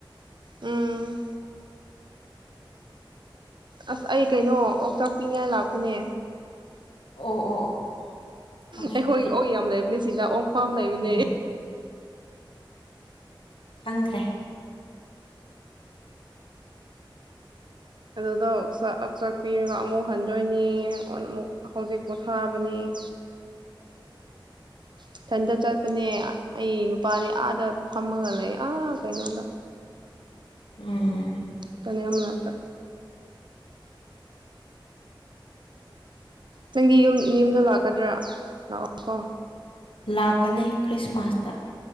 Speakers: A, on the right; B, on the left.
A: ꯎꯝ ꯑꯁ ꯑꯩ ꯀꯩꯅꯣ ꯑꯣꯆꯥꯛ ꯄꯤꯉꯥꯏ ꯂꯥꯛꯄꯅꯦ
B: ꯑꯣ ꯑꯣ ꯑꯣ ꯈꯪꯉꯦ
A: ꯑꯩꯈꯣꯏꯒꯤ
B: ꯈꯪꯉꯦ
A: ꯑꯣ ꯌꯥꯝ ꯂꯩꯕꯅꯦ ꯁꯤꯗ ꯑꯣꯛꯐꯥꯝ ꯂꯩꯕꯅꯦ
B: ꯎꯝ ꯈꯪ꯭ꯔꯦ
A: ꯑꯗꯨꯗꯛꯆꯥꯛ ꯄꯤꯔꯒ ꯑꯃꯨꯛ ꯍꯟꯗꯣꯏꯅꯤ ꯑꯣ ꯑꯃꯨꯛ ꯍꯧꯖꯤꯛ ꯄꯣꯊꯥꯕꯅꯤ <inaudible> ꯏꯊꯟꯗ ꯆꯠꯄꯅꯦ ꯑꯩ ꯅꯨꯄꯥꯗꯤ ꯑꯥꯗ ꯐꯝꯃꯒ ꯂꯩ ꯑꯥ ꯀꯩꯅꯣꯗ
B: ꯎꯝ
A: ꯇꯅꯌꯥ ꯑꯃꯅꯇ ꯅꯪꯒꯤ ꯌꯨꯝ ꯃꯤ ꯌꯨꯝꯗ ꯂꯥꯛꯀꯗ꯭ꯔꯥ ꯂꯥꯛꯑꯣ ꯀꯣ
B: ꯂꯥꯛꯀꯅꯦ ꯈ꯭ꯔꯤꯁꯃꯥꯁꯇ